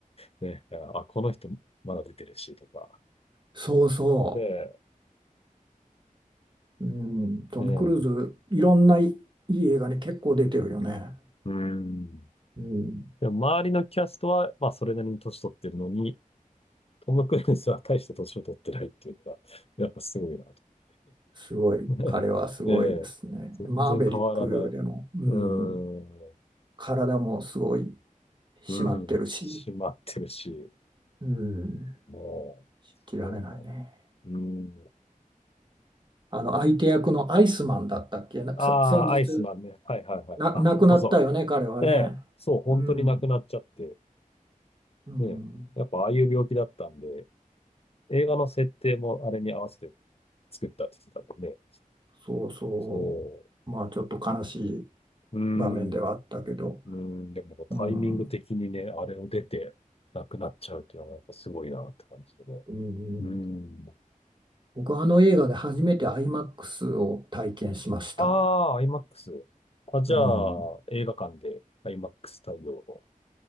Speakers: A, on the left (about 45°); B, on the right (about 35°).
A: <laughs> ね、あ、この人まだ出てるし、とか。
B: そうそ
A: で、
B: う。うん。トム・
A: ねえ、
B: クルーズ、いろんないいい映画に結構出てるよね。
A: うん。
B: うん。
A: でも、周りのキャストは、まあ、それなりに年取ってるのに、トム・クルーズは大して年を取ってないっていうのが、やっぱすごいな、と
B: すごい。
A: 思って。
B: 彼はすごいですね。
A: <laughs> ねえ、全然変わらない。
B: マーベリックでも。
A: う
B: うん。
A: ん。
B: 体もすごい締まってるし、
A: うん。閉まってるし、
B: うん、
A: もう、
B: 信じられないね。
A: そうだ。うん。
B: あの相手役のアイスマンだったっけな、
A: ああ、
B: さ先日
A: アイスマンね。はいはいはい。
B: な、
A: あ、
B: 亡くなったよね、
A: そうそ
B: 彼はね。
A: う。ええ、そう、本当に亡くなっちゃって、
B: うん、うん、
A: ねやっぱああいう病気だったんで、映画の設定もあれに合わせて作ったって言ってたんでね、
B: そうそう。
A: そ
B: まあちょっと悲しい
A: う、うーん、
B: 場面ではあったけど、
A: うーん、でもタイミング的にね、
B: うん、
A: あれを出て亡くなっちゃうっていうのはやっぱすごいなって感じでね。
B: うん、
A: うーん。
B: 僕はあの映画で初めてアイマックスを体験しました。
A: ああ、IMAX。あ、じゃあ、
B: うん
A: 映画館で IMAX 対応の。